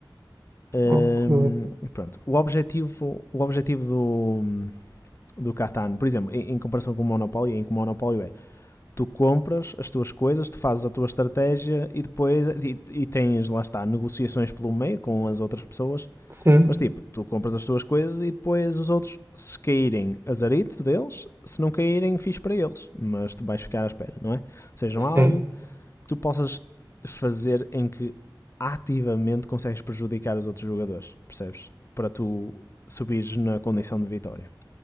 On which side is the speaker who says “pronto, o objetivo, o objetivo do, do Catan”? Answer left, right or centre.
Left